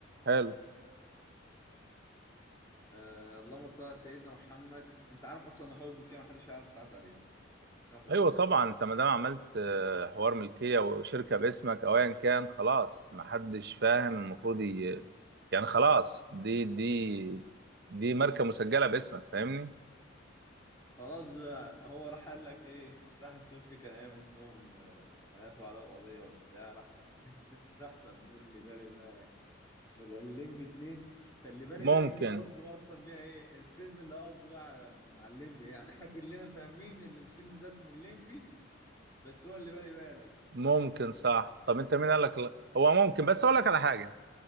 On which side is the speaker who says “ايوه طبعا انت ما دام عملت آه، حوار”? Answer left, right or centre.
Right